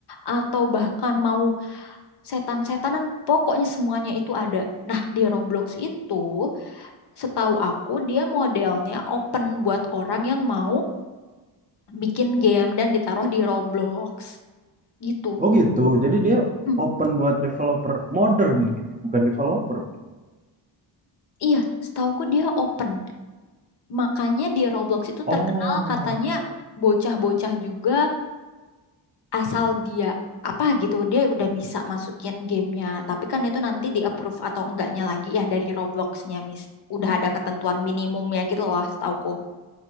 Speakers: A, on the left; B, on the right.
A: atau bahkan mau setan-setanan pokoknya semuanya itu ada nah di Roblox itu Setahu aku dia modelnya open buat orang yang mau bikin game dan ditaruh di Roblox gitu.
B: Oh gitu. Jadi dia
A: Hmm,
B: open buat developer modder mungkin, ya? bukan developer mungkin.
A: iya, setahuku dia open. Makanya di Roblox itu
B: Oh,
A: terkenal katanya bocah-bocah juga asal dia apa gitu dia udah bisa masukin gamenya. Tapi kan itu nanti di approve atau enggaknya lagi ya dari Robloxnya, Miss. Udah ada ketentuan minimumnya gitu loh, setahuku.